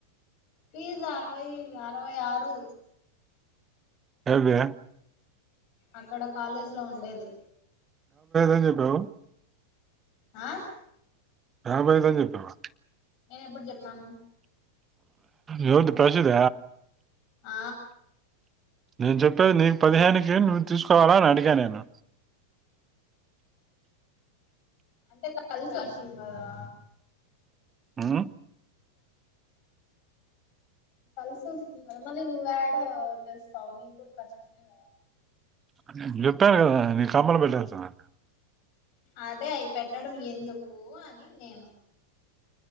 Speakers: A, on the left; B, on the right.
A: ఫీజ్ అరవై అరవై ఆరు
B: ఎది
A: అక్కడ కాలేజ్ లో ఉండేది
B: అని చెప్పావు.
A: ఆ
B: రాభోయదని చెప్పావా
A: నేను ఎప్పుడు చెప్పినాను
B: ఎవరిది ప్రసద
A: ఆ
B: నేను చెప్పేది నీకు పదిహేనికి నువ్వు తీసుకోవాలా అని అడిగా నేను
A: అంటే కలిసి వస్తుంది కదా
B: ఉ
A: కలిసి వస్తుంది కదా మళ్ళీ నువ్వు ఏడ తెస్తావు నీకు కూడా కష్టమే కదా
B: నే జెప్పాను కదా నేను కమ్మలు పెట్టేస్తానును
A: అదే అవి పెట్టడం ఎందుకు అని నేను